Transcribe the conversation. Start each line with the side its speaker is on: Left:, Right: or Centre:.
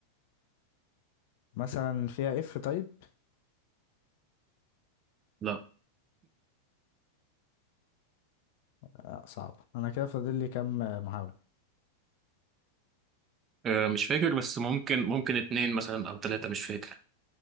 Left: مثلا فيها اف طيب
Right: لا
Left: آه صعب انا كده فاضل لي كام آه، محاولة
Right: آه، مش فاكر بس ممكن ممكن اتنين مثلا او تلاتة مش فاكر